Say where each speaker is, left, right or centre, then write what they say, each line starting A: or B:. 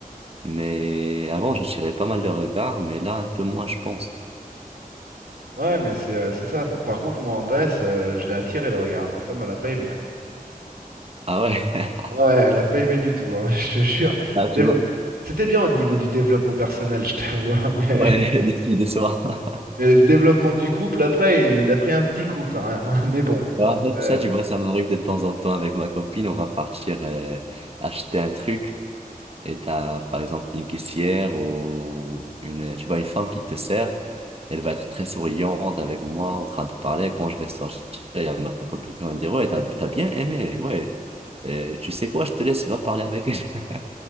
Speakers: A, on the right; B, on the right.
A: Mais avant, j'attirais pas mal de regards, mais là, un peu moins, je pense.
B: ouais, mais c'est euh, c'est ça. F- Par contre, moi en Grèce, euh, je l'ai attiré le regard. Ma femme, elle a pas aimé. hein.
A: Ah ouais,
B: Ah Ouais, elle a pas aimé du tout, hein, <laughs> je te jure.
A: <laughs> ah,
B: Le dével-
A: tu vois.
B: C'était bien au niveau du développement personnel, je t'avoue, hein, <laughs> mais...
A: Ouais, <laughs> des filles de soir. <laughs>
B: mais le développement du couple, après, il a pris un petit coup quand même. hein, Mais bon,
A: Ouais, En
B: après.
A: fait,
B: euh,
A: ça, tu vois, ça m'arrive de temps en temps avec ma copine. On va partir euh, acheter un truc. et t'as par exemple une caissière ou une tu vois une femme qui te sert elle va être très souriante avec moi en train de parler quand je vais sortir elle va me copine qui va me dire ouais t'as t'as bien aimé ouais Euh, tu sais quoi je te laisse va parler avec elle <laughs>